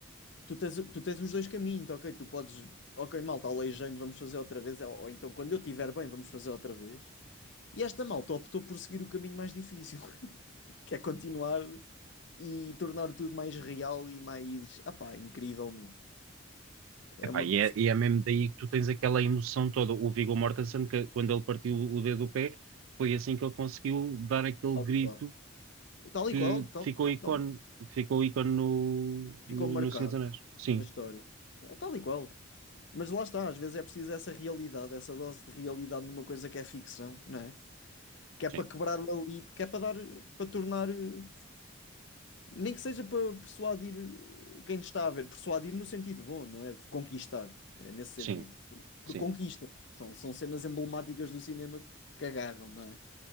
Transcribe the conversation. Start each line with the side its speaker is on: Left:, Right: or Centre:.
Left: tu tens, tu tens os dois caminhos, tá ok? Tu podes, ok, malta, aleijei-me, vamos fazer outra vez, ou, ou então quando eu estiver bem, vamos fazer outra vez. E esta malta optou por seguir o caminho mais difícil, <laughs> que é continuar e tornar tudo mais real e mais, ah pá, incrível, meu. É
Right: Epá,
Left: uma.
Right: e é, e é mesmo daí que tu tens aquela emoção toda. O Viggo Mortensen, que quando ele partiu o dedo do pé, foi assim que ele conseguiu dar aquele
Left: Tal
Right: grito
Left: e qual, tal
Right: que
Left: e qual, tal
Right: ficou
Left: e qual.
Right: ícone,
Left: tal. e qual.
Right: ficou ícone no, no,
Left: ficou marcado
Right: no Senhor dos Anéis. Sim.
Left: a história. É tal e qual. Mas lá está, às vezes é preciso essa realidade, essa dose de realidade numa coisa que é ficção, não é? Que é para
Right: sim.
Left: quebrar ali, que é para dar, para tornar, eh, nem que seja para persuadir quem está a ver, persuadir no sentido bom, não é? De conquistar, é nesse sentido.
Right: Sim, sim,
Left: Por conquista. São, são cenas emblemáticas do cinema que, que agarram, não é?